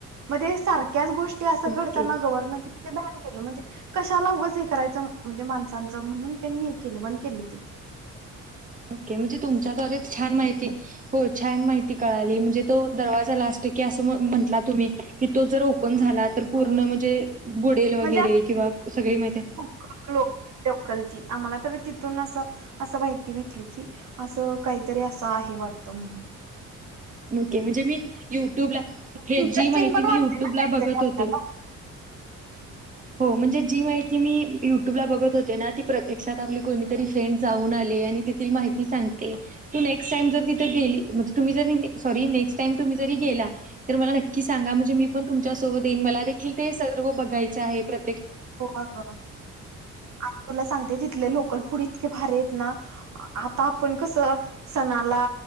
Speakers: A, on the right (about 65°); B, on the right (about 25°).
A: म ते सार त्याच गोष्टी असं
B: ओके
A: घडतांना गव्हरमेंट ते बॅन केल म्हणजे कशाला उगंच हे करायचं म्हणजे माणसांचं म्हणून त्यांनी हे केलं बंद केली ते
B: ओके म्हणजे तुमच्या द्वारे छान माहीती हो छान माहीती कळा नाई म्हणजे तो दरवाजा प्लास्टीके अस म्हंटला तुम्ही. कि तो जर ओ पन झाला तर पुर्ण
A: होय
B: म्हणजे बुडेल वगैरे
A: म्हणजे
B: किंवा सगळी माहिती
A: <inaudible> लोकल ची आम्हाला तर तिथून अस असं माहिती भेटली की अस काहीतरी अस आहे वाटत म्हणुन.
B: नोके म्हणजे मी युट्यूबला हे
A: इंटरेस्टिंग
B: जी माहिती
A: पण
B: मी
A: वाटतय
B: युट्यूबला
A: ना कायतरी
B: बघत
A: आपल्याला.
B: होते हो म्हणजे जी माहि ती मी युट्यूबला बघत होते ना ती प्रत्यक्षात आपली कोणीतरी फ्रेंड जाऊन आलीये आणि तिथील माहिती सांगते तू नेक्स्ट टाइम जर तिथ गेली म्हणजे तुम्ही जरी सॉरी नेक्स्ट टाइम तुम्ही जरी गेला तर मला नक्की सांगा म्हणजे मी पण तुमच्या सोबत येईन मला देखील ते सर्व बघाय च आहे प्र
A: हो अग आणि तुला सांगते तिथलं लोकल फूड इ भारी आहेत ना आता आपण कसं सणाला